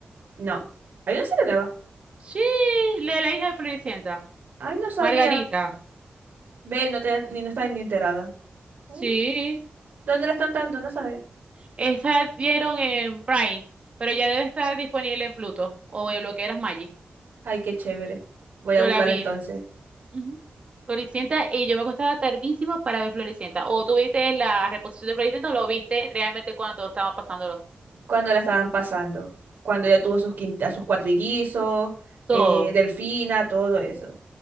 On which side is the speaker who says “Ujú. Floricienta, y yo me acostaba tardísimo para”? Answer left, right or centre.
Right